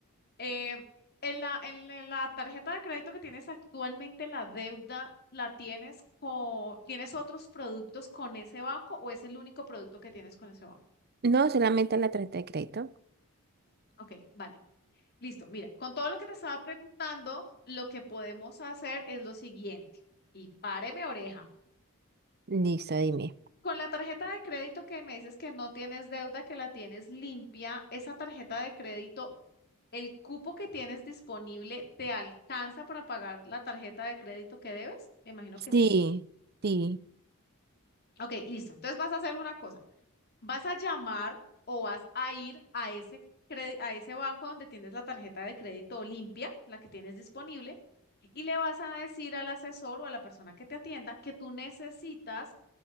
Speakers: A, on the left; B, on the right.
A: Eh, en la, en la en la tarjeta de crédito que tienes actualmente, la deuda, ¿la tienes con, tienes otros productos con ese banco o es el único producto que tienes con ese banco?
B: No, solamente la tarjeta de crédito.
A: Ok, vale. Listo, mira, con todo lo que te estaba preguntando, lo que podemos hacer es lo siguiente, y páreme oreja.
B: Listo, dime.
A: Con la tarjeta de crédito que me dices que no tienes deuda, que la tienes limpia, esa tarjeta de crédito, ¿el cupo que tienes disponible te alcanza para pagar la tarjeta de crédito que debes? Me imagino que
B: Sí,
A: sí.
B: sí.
A: Ok, listo. Entonces vas a hacer una cosa. Vas a llamar o vas a ir a ese, cre- a ese banco donde tienes la tarjeta de crédito limpia, la que tienes disponible, y le vas a decir al asesor o a la persona que te atienda que tú necesitas